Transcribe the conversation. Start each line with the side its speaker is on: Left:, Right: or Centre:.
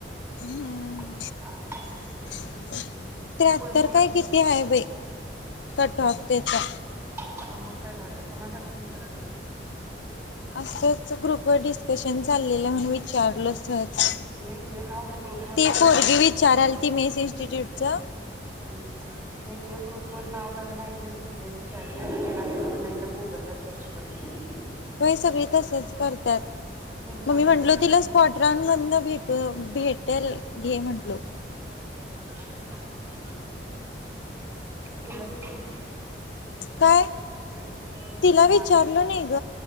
Left: हूंअं
Right: <unintelligible>
Left: <unintelligible> त्र्याहत्तर
Right: फुलफॉर्म
Left: काय किती हाय बई कट ऑप तेचा
Right: हा मग. काय झालं कोणासाठी विचारायला
Left: असंच ग्रुप वर डिस्कशन चाललेलं म्हणून विचारल सहज
Right: मी जे नाव ग्रुप वर
Left: ती
Right: बघतोय
Left: पोरगी विचारालती मेस इनस्टिट्यूट ज
Right: हम नाही जे ग्रुप वर नाव नवीन आहे की लगेच चाट जी पी टी नाही तर गुगल ला सर्च करते.
Left: व्हय सगळी तसच म्हणत्यात
Right: इन्फॉर्मेशन
Left: म मी म्हणलो तीला स्पॉट रॅन मधन भेट हं भेटल ये म्हटलो.
Right: <unintelligible> तुला किती हाये
Left: काय
Right: <inaudible>
Left: तिला विचारलं
Right: मार्क
Left: नाही ग